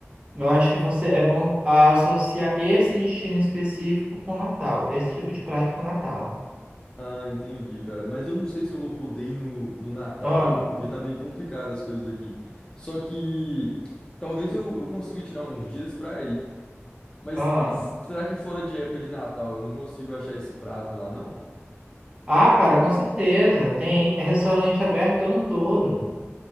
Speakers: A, on the right; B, on the left.
A: eu acho que você é bom associar esse destino específico com o Natal, esse tipo de prato com o Natal.
B: Ah, entendi, cara. Mas eu não sei se eu vou poder ir no, no Natal
A: Ah,
B: aí, porque tá meio complicado as coisas aqui. Só que talvez eu, eu consiga tirar uns dias pra ir. Mas
A: ah.
B: f- será que fora de época de Natal eu não consigo achar esse prato lá, não?
A: Ah, cara, com certeza. Tem restaurante aberto o ano todo.